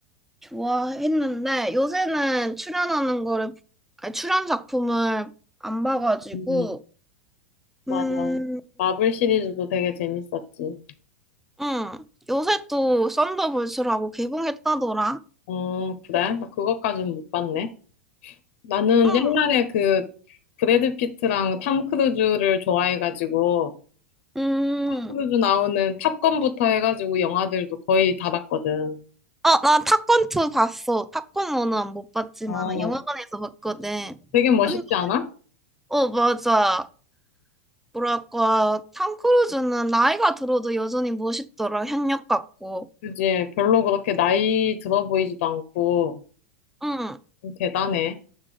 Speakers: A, in the centre; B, on the left.
A: 좋아했는데 요새는 출연하는 거를 아니, 출연 작품을 안 봐가지고
B: 음, 맞아.
A: 음,
B: 마블 시리즈도 되게 재밌었지.
A: 음 요새 또 썬더볼츠라고 개봉했다더라.
B: 어, 그래? 나 그것까진 못 봤네. 나는
A: 음,
B: 옛날에 그 브래드 피트랑 탐 크루즈를 좋아해가지고,
A: 음.
B: 탐 크루즈 나오는 탑건부터 해가지고 영화들도 거의 다 봤거든.
A: 어, 나 타건 2 봤어. 타건 1은 못 봤지만
B: 어,
A: 영화관에서 봤거든.
B: 되게 멋있지
A: 아니,
B: 않아?
A: 어, 맞아. 뭐랄까, 탐 크루즈는 나이가 들어도 여전히 멋있더라. 현역 같고.
B: 그지? 별로 그렇게 나이 들어 보이지도 않고,
A: 응.
B: 대단해.